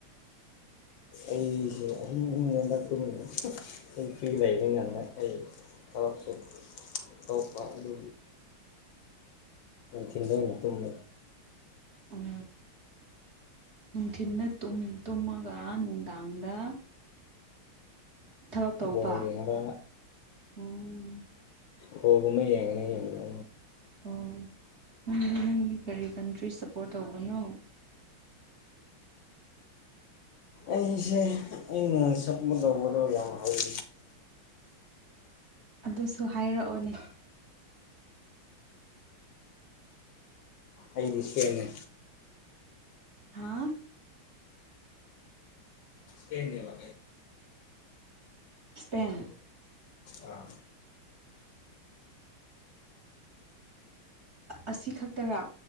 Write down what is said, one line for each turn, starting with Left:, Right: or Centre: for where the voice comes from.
Left: ꯑꯩꯁꯦ ꯑꯍꯤꯡ ꯑꯍꯨꯝ ꯂꯗꯛ ꯀꯨꯟꯗ ꯑꯩ ꯐ꯭ꯔꯤ ꯂꯩꯅꯤ ꯉꯗ ꯑꯩ ꯊꯔꯛꯁꯨ ꯇꯣꯛꯄ ꯑꯗꯨ ꯊꯤꯟꯗꯧꯅ ꯀꯨꯝꯝ
Right: ꯎꯝ ꯅꯨꯡꯊꯤꯟꯗ ꯇꯨꯝ ꯇꯨꯝꯃꯒ ꯅꯨꯡꯗꯥꯡꯗ ꯊꯕꯛ ꯇꯧꯕ
Left: ꯕꯣ ꯌꯦꯡꯕ
Right: ꯎꯝ
Left: ꯍꯕꯃꯦ ꯌꯦꯡꯉ ꯌꯦꯉ
Right: ꯑꯣ ꯅꯪ ꯅꯪ ꯀꯔꯤ ꯀꯟꯇ꯭ꯔꯤ ꯁꯞꯄꯣꯔꯠ ꯇꯧꯕꯅꯣ
Left: ꯑꯩꯁꯦ ꯑꯩꯅ ꯁꯛꯄ ꯇꯧꯕꯗꯣ ꯌꯥꯝ ꯍꯩ
Right: ꯑꯗꯨꯁꯨ ꯍꯥꯏꯔꯛꯑꯣꯅꯦ
Left: ꯑꯩꯗꯤ ꯁꯦꯡꯅ
Right: ꯍꯥꯥ
Left: ꯀꯅꯦꯒ
Right: ꯏꯁꯄꯦꯟ
Left: ꯑꯥ
Right: ꯑꯁꯤ ꯈꯛꯇꯔꯥ